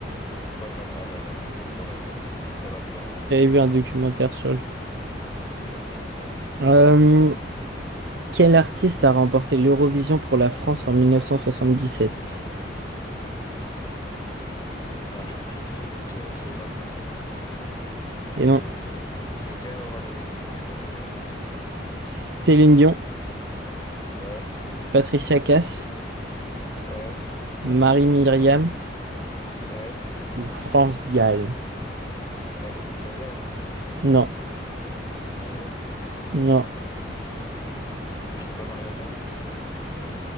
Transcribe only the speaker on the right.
J'avais vu un documentaire sur lui.
Euh, quel artiste a remporté l'Eurovision pour la France en 1977?
Et
non,
Céline Dion,
Patricia Cass,
Marie-Myriam
ou France Gall?
Non,
non,